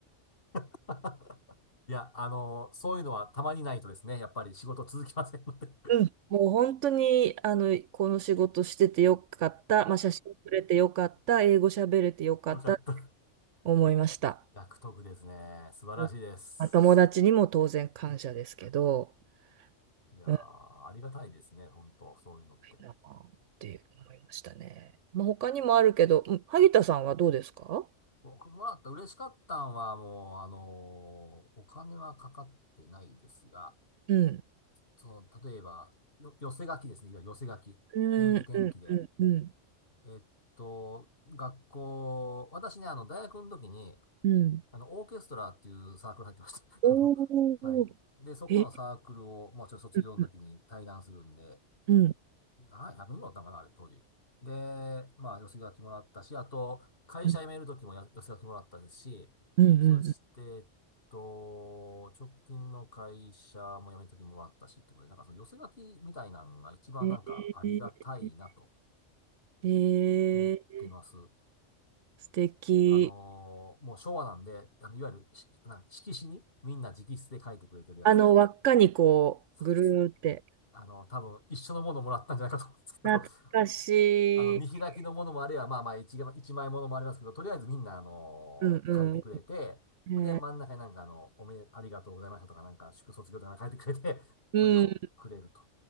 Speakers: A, on the left; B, on the right.
A: <laughs> いや、あのそういうのはたまにないとですね、やっぱり仕事続きませんので <laughs>
B: うん。もう本当に、あの、この仕事しててよかった。まあ、写真撮れてよかった。英語喋れてよかった。
A: よかった。
B: 思いました。
A: 役得ですね。素晴らしいです。
B: うんまあ、友達にも当然感謝ですけど、
A: いやー、
B: うん、
A: ありがたいですね、本当そういうのって。
B: なあって思いましたね。まあ、他にもあるけど、うん、萩田さんはどうですか
A: 僕もらった嬉しかったんは、もう、あのーお金はかかってないですが、
B: うん。
A: その、例えば、よ、寄せ書きですね。いわゆる寄せ書き。
B: うん、
A: 天気天気で。
B: うん、うん、うん。
A: えっと、学校、私ね、あの、大学の時に、
B: うん
A: あの、オーケストラっていうサークル入ってました。<laughs>
B: おー、
A: あの、はい。で、そこのサークルを、
B: え、
A: もうちょっと卒業の時に対談するんで、
B: うん、うん、
A: ね。
B: うん。
A: ああ、100人ぐらいおったんかな、あれ、当時。で、まあ、寄せ書きもらったし、あと、会社辞める時もや寄せ書きもらったですし、
B: うんうんう
A: そして、えっと、直近の会社も辞める時ももらったし、ってことで、なんかその寄せ書きみたいなのが一番なんかありがたいなと
B: んえー、え
A: 思ってます。
B: ー、素敵。
A: あのーもう昭和なんで、あの、いわゆるし、な、色紙にみんな直筆で書いてくれてるやつが、
B: あの、輪っかにこう、
A: そうです
B: ぐるーって。
A: あの、多分一緒のものもらったんじゃないかと思うんですけど、
B: 懐かしい。
A: <laughs> あの、見開きのものもあれば、まあまあ一が、一枚ものもありますけど、とりあえずみんな、あのー書いてくれて、
B: うんうん。
A: ほんで、
B: えー、
A: 真ん中になんかあの、おめで、ありがとうございましたとか、なんか、祝卒業とかなんか書いてくれて、<laughs>
B: うん。
A: それをくれると。